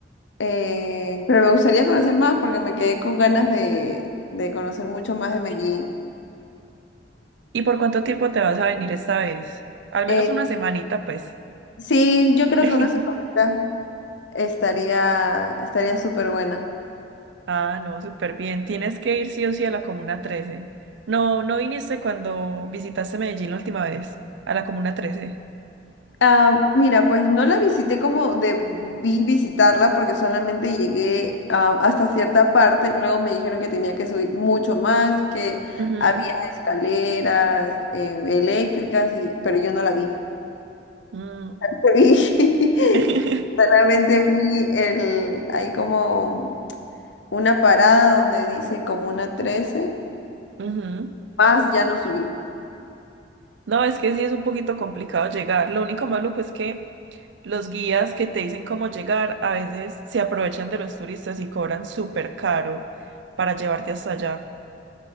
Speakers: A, on the left; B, on the right.
A: eh, pero me gustaría conocer más porque me quedé con ganas de, de conocer mucho más de Medellín.
B: ¿Y por cuánto tiempo te vas a venir esta vez? Al menos
A: Eh,
B: una semanita, pues.
A: Sí, yo creo
B: <laughs>
A: que una semanita estaría estaría súper buena.
B: Ah, no, súper bien. Tienes que ir sí o sí a la Comuna 13. No, no viniste cuando visitaste Medellín la última vez, a la Comuna 13.
A: Ah, mira, pues no la visité como debí visitarla porque solamente llegué ah, hasta cierta parte. Luego me dijeron que tenía que subir mucho más, que
B: Ujú,
A: había escaleras eh, eléctricas, y, pero yo no la vi.
B: mm.
A: <laughs> Vi-
B: <laughs>
A: Solamente vi el, hay como una parada donde dice como una trece
B: Ujú.
A: más ya no subí.
B: No, es que sí es un poquito complicado llegar. Lo único malo es que Los guías que te dicen cómo llegar a veces se aprovechan de los turistas y cobran súper caro para llevarte hasta allá.